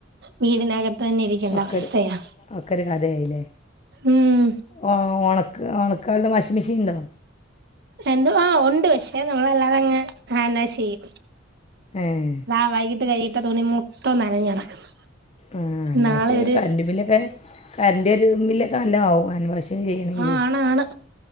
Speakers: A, on the right; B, on the left.
A: വീടിനകത്തെന്നെ ഇരിക്കെണ്ട
B: ഒക്കെ
A: അവസ്ഥയാ.
B: ഒരു ഒക്കെ ഒരു കഥയായില്ലേ
A: ഉം.
B: ഓ ഒണക്ക് ഒണക്കാള്ള വാഷിംഗ് മിഷീൻ ണ്ടോ.
A: എന്തുവാ ഉണ്ട് പക്ഷേ നമ്മളല്ലാതങ്ങനെ ഹാനെ ചെയ്യും.
B: ഏഹേ
A: ദാ വൈകിട്ട് കഴ്കിയിട്ട തുണി മൊത്തം നനഞ്ഞ് കെടക്ക്ന്ന്.
B: ആഹ് ഹാൻവാശെയ്യാൻ
A: നാളെ ഒരു
B: കറണ്ടും ബില്ലൊക്കെ. കറന്റ് ബില്ലെക്കെ നല്ലോം ആവും അൻവാശിംഗ് ചെയ്യണെങ്കിലെ
A: ആ ആണാണ്